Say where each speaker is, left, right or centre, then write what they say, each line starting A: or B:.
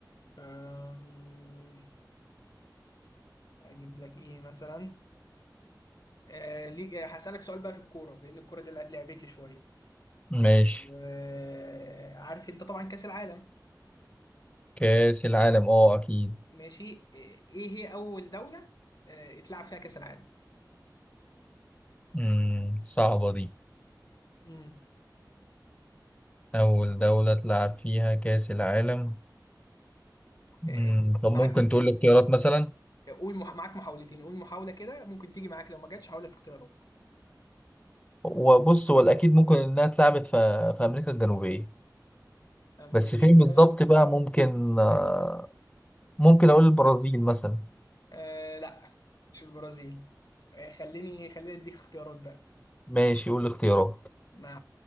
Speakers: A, on the left; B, on the left.
A: أم، اجيب لك ايه مثلا آه، ليك هسألك سؤال بقى في الكوره بان الكوره دي لع- لعبتي شويه
B: ماشي
A: آه، عارف انت طبعا كاس العالم
B: كأس العالم أه أكيد
A: ماشي آه، ايه هي اول دوله آه، اتلعب فيها كاس العالم
B: مم. صعبة دي
A: امم
B: أول دولة تلعب فيها كأس العالم مم.
A: آه،
B: طب
A: معاك
B: ممكن تقول لي اختيارات مثلا
A: قول مح- معاك محاولتين قول محاوله كده ممكن تيجي معاك لو ما جاتش هقول لك اختيارات
B: وبص هو الأكيد ممكن إنها اتلعبت في في أمريكا الجنوبية
A: امريكا
B: بس فين بالظبط بقى ممكن آه، ممكن أقول البرازيل مثلا
A: آه لا مش البرازيل آه خليني خليني اديك اختيارات بقى
B: ماشي قول الاختيارات
A: مع